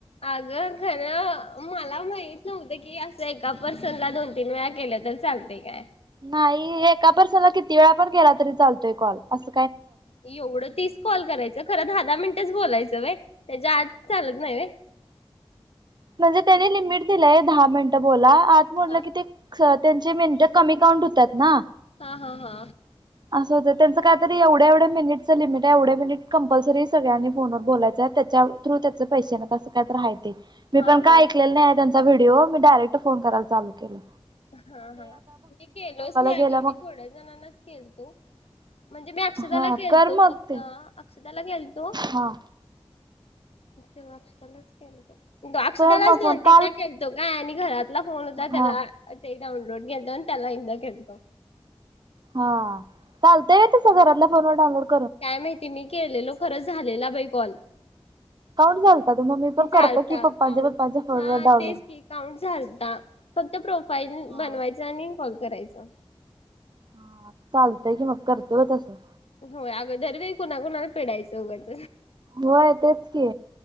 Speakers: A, on the left; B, on the right.
A: अगं खरं मला माहित नव्हतं की असं एका पर्सनला दोन तीन वेळा केल्या तर चालतय काय
B: नाही एका पर्सनला किती वेळा पण केला तरी चालतोय कॉल अस
A: एवढं तीस कॉल करायच खरं दहा मिनिटेच बोलायचं व्हय त्याच्या चालत नाही होय
B: म्हणजे त्यानी लिमिट दिलंय दहा मिनटं बोला आत म्हटलं
A: हा
B: कि ते त्यांची मिनटं कमी काउंट होतात ना.
A: हा हा हा.
B: असं होतं त्यांचं कायतरी एवढ्या एवढ्या मिनिटचं लिमिट हाय एवढ्या मिनिट कंपसरी सगळ्यांनी फोनवर बोलायचं आहे त्याच्या थ्रू त्याचे पैसे ना तसं काय तर हाय ते. मी
A: हा
B: पण
A: हा
B: का ऐकलेल नाही आता व्हिडिओ मी डायरेक्ट फोन कराय चालू केलय
A: हा हा मी केलोच नाही
B: गेल्या मग
A: मी थोड्या जणांनाच केलतो म्हणजे मी अक्षदाला
B: हा
A: केलतो
B: कर मग
A: फक्त
B: ते
A: स् त्याला गेलतो.
B: हा
A: ते अक्षरालाच केल तो. अक्षतालाच
B: कर मग
A: दोन
B: फोन
A: तीन
B: काल
A: त केलंतो काय आणि घरातला फोन होता त्याला.
B: हा
A: डाउनलोड कता त्याला ये केलं तो-
B: हा. चालतय तसं घराला. <inaudible>
A: काय माहितीय मी केलेलो खरं झालेला बाई कॉल
B: अकाउंट चालतं ते मग मी पण
A: झालता
B: करतो की पप्पांच्या
A: काउंट
B: पप्पांच्या फोनवर
A: हा
B: डाउनलोड.
A: तेच कि काउंट झालता फक्त प्रोफाईल
B: हा.
A: बनवायच आणि कॉल करायचा.
B: हा चालतय कि मग करतो का तसं
A: होय अगदर कुणाकुणाला पेडायचं वघड
B: होय तेच की